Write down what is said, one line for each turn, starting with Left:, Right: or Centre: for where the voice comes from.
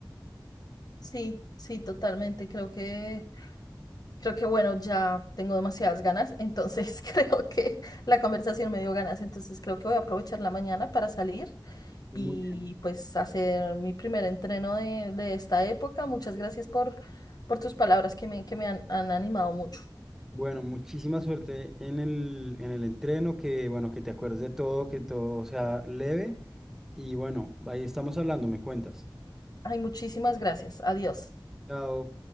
Left: Sí, sí, totalmente. Creo que Creo que bueno, ya tengo demasiadas ganas, entonces <laughs> creo que la conversación me dio ganas, entonces creo que voy a aprovechar la mañana para salir
Centre: Muy
Left: y
Centre: bien.
Left: pues hacer mi primer entreno de, de esta época. Muchas gracias por, por tus palabras que me, que me han, han animado mucho.
Centre: Bueno, muchísima suerte en el, en el entreno, que bueno, que te acuerdes de todo, que todo sea leve. Y bueno, ahí estamos hablando, me cuentas.
Left: Ay, muchísimas gracias. Adiós.
Centre: Chao.